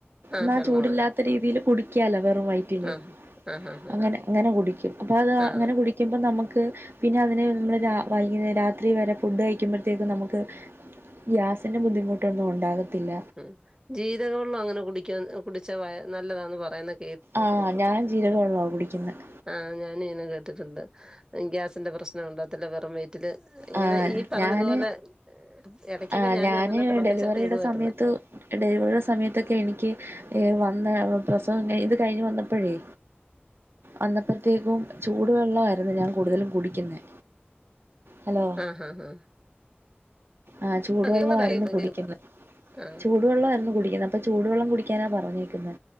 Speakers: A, on the right; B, on the right.
A: ആ
B: ന്ന
A: വെള്ളമുണ്ട്
B: ചൂടില്ലാത്ത രീതിയിലു കുടി ക്കാലോ വെറും വയ റ്റിനെ
A: ആ ആ ഹാ ഹാ
B: അങ്ങനെ അങ്ങനെ കുടിക്കും അപ്പൊ അത്
A: ആ
B: അങ്ങനെ കുടിക്കുമ്പോ നമ്മക്ക് പിന്നെ അതിനെ നമ്മള് രാവൈകുന്നേരാത്രി വരെ ഫുഡ് കഴിക്കുമ്പഴ്‌ത്തേക്കും നമുക്ക് ഗ്യാസ് തിൻ്റെ ബുദ്ധിമുട്ടൊന്നും ഉണ്ടാകത്തില്ല
A: ഉം ജീരക വെള്ളം അങ്ങനെ കുടിക്കാ കുടിച്ച വയ നല്ലതാന്ന് പറയുന്നത്
B: ആഹ് ഞാൻ ജീരകം വെള്ള കുടിക്കുന്നത്
A: ആഹ് ഞാന് ഇയ്നെ കേട്ടിട്ടുണ്ട് ഗ്യാസിന്റെ പ്രശ്നം ഉണ്ടാകത്തില്ല വെറും വെയറ്റില് ഇങ്ങനെ
B: ആ
A: ഈ പറഞ്ഞതുപോലെ
B: ഞാൻ
A: എടക്കൊക്കെ
B: ആ
A: ഞാനും
B: ഞാൻ
A: അങ്ങനെ തിളപ്പിച്ചൊക്കെ
B: ഡെലിവറിയുടെ
A: ഇടുവായിരു
B: സമയത്ത് ഡെലിവറിയുടെ സമയത്തൊക്കെ എനിക്ക് ഏഹ് വന്ന പ്രസവം കഴി ഇത് കഴിഞ്ഞു വന്നപ്പഴേ അന്നപ്രെത്തേകും ചൂടുവെള്ളായിരുന്നു ഞാൻ കൂടുതലും കുടിക്യുന്നേ ഹലോ
A: ആഹ് ആഹ്
B: ആഹ് ചൂടുവെള്ളആയിരുന്നു
A: കേക്കുന്നുണ്ട് കേക്ക
B: കുടിക്കുന്ന്
A: കേക്ക ആഹ്
B: ചൂ ചുടുവെള്ള എന്നും കുടിക്കുന്ന അപ്പ ചൂട് വെള്ളം കുടിക്കാനാ പറഞ്ഞേക്കുന്നേ